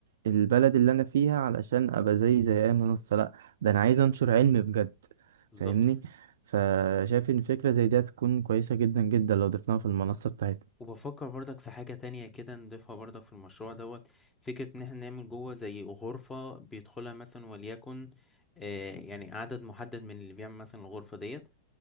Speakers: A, on the right (about 60°); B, on the left (about 15°).
A: البلد اللي انا فيها علشان ابقى زي زي اي منصة لا ده انا عايز انشر علم بجد
B: بالظبط
A: فاهمني فشايف ان فكرة زي دي هتكون كويسة جدا جدا لو ضفناها في المنصة بتاعتنا
B: وبفكر برضك في حاجة تانية كده نضيفها برضك في المشروع دوت فكرة إن احنا نعمل جوه زي غرفة بيدخلها مثلا وليكن آه يعني عدد محدد من اللي بيعمل مثلا الغرفة ديت